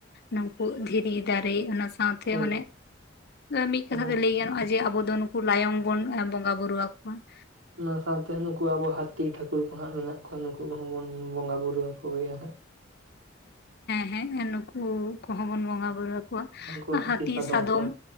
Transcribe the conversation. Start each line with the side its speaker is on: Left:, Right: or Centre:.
Left: ᱱᱩᱝᱠᱩ ᱫᱷᱤᱨᱤ ᱫᱟᱨᱮᱹ ᱚᱱᱟ ᱥᱟ ᱥᱟᱶᱛᱮ
Right: ᱦᱮᱸ
Left: ᱢᱟᱱᱮ ᱢᱤᱫ ᱠᱟᱛᱷᱟ
Right: ᱟᱵᱚ
Left: ᱛᱮ ᱞᱟᱹᱭ ᱜᱟᱱᱚᱜᱼᱟ ᱡᱮ ᱟᱫᱚ ᱱᱩᱠᱩ ᱞᱟᱭᱚᱝ ᱵᱚᱱ ᱵᱚᱸᱜᱟᱼᱵᱩᱨᱩ ᱟᱠᱚᱣᱟ ᱾
Right: ᱚᱱᱟ ᱥᱟᱶᱛᱮ ᱱᱩᱠᱩ ᱟᱵᱚ ᱦᱟᱹᱛᱤ ᱴᱷᱟᱹᱠᱩᱨ ᱠᱚ ᱦᱟᱸᱜ ᱢᱮᱱᱟᱜ ᱠᱚᱣᱟ, ᱱᱩᱠᱩ ᱠᱚᱦᱚᱸ ᱵᱚᱱ ᱵᱚᱸᱜᱟ ᱵᱩᱨᱩ ᱟᱠᱚ ᱜᱮᱭᱟ ᱦᱟᱸᱜ᱾
Left: ᱦᱮᱸ ᱦᱮᱸ ᱱᱩᱠᱩ ᱠᱚᱦᱚᱸ ᱵᱚᱱ ᱵᱚᱸᱜᱟ ᱵᱩᱨᱩ ᱟᱠᱚᱣᱟ,
Right: ᱩᱱᱠᱩ
Left: ᱦᱟᱹᱛᱤ ᱥᱟᱫᱚᱢ
Right: ᱠᱚ ᱦᱮᱸ